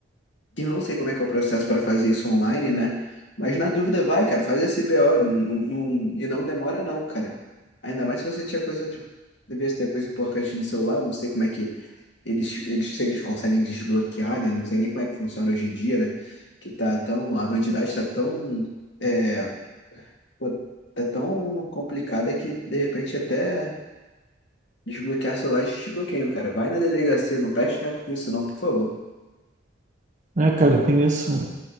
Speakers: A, on the left; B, on the right.
A: eu não sei como é que é o processo para fazer isso online, né? Mas na dúvida, vai, cara, faz esse BO. Não, não- não- e não demora, não, cara. Ainda mais se você tinha coisa. Tipo, devia ter coisa importante no celular. Não sei como é que eles, eles, se eles conseguem desbloquear, né? Não sei nem como é que funciona hoje em dia, né? Que tá tão. A bandidagem tá tão. É, pô, tá tão complicada que, de repente, até desbloquear celular eles desbloqueiam, cara. Vai na delegacia, não perde tempo com isso, não, por favor.
B: É, cara, tem isso.